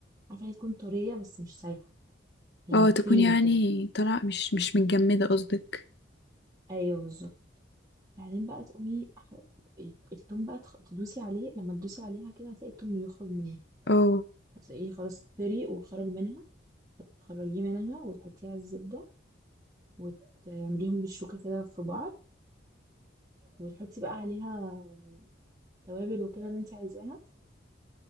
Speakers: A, on the right; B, on the left.
A: عارفة هي تكون طرية بس مش سايحة يعني
B: اه تكون
A: كريمي
B: يعني
A: كده
B: طلع مش مش متجمدة قصدك
A: ايوه بالظبط بعدين بقى تقومي ح- التوم بقى تخ- تدوسي عليه لما تدوسي عليها كده هتلاقي التوم يخرج منه
B: اه
A: هتلاقيه خلاص طري وخرج منها هتخرجيه منها وتحطيه على الزبدة وتعمليهم بالشوكة كده في بعض وتحطي بقى عليها توابل وكده اللي انت عايزاها